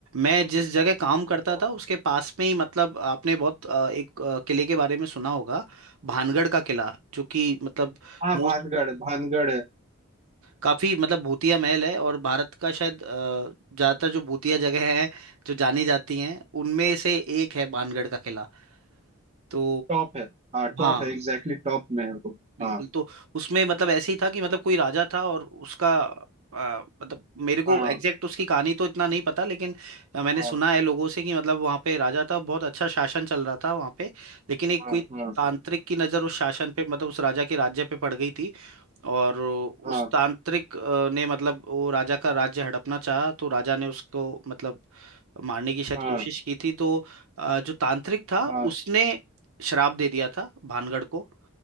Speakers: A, on the right; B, on the right.
A: मैं जिस जगह काम करता
B: हाँ
A: था उसके पास में ही मतलब आपने बहुत अ, एक अ, किले के बारे में सुना होगा भानगढ़ का किला जो कि मतलब
B: हाँ
A: मोस्ट
B: भानगढ़ भानगढ़
A: काफी मतलब भूतिया महल है और भारत का शायद अ, ज्यादातर जो भूतिया जगह हैं जो जानी जाती हैं उनमें से एक है बाणगढ़ का किला तो
B: टॉप है हाँ टॉप
A: हाँ
B: है एग्जैक्टली टॉप में है वो
A: बिल्कुल
B: हाँ
A: तो उसमें मतलब ऐसे ही था कि मतलब कोई राजा था और उसका आ, मतलब मेरे को
B: हाँ
A: एग्जैक्ट उसकी कहानी तो इतना नहीं पता लेकिन आ, मैंने
B: हाँ
A: सुना है लोगों से कि मतलब वहाँ पे राजा था बहुत अच्छा शासन चल रहा था वहाँ पे लेकिन एक
B: हाँ
A: कोई
B: हाँ
A: तांत्रिक की नज़र उस शासन पे मतलब उस राजा के राज्य पे पड़ गई थी और उस
B: हाँ
A: तांत्रिक आ, ने मतलब वो राजा का राज्य हड़पना चाहा तो राजा ने उसको मतलब मारने की शायद
B: हाँ
A: कोशिश की थी तो आ, जो तांत्रिक था
B: हाँ
A: उसने श्राप दे दिया था भानगढ़ को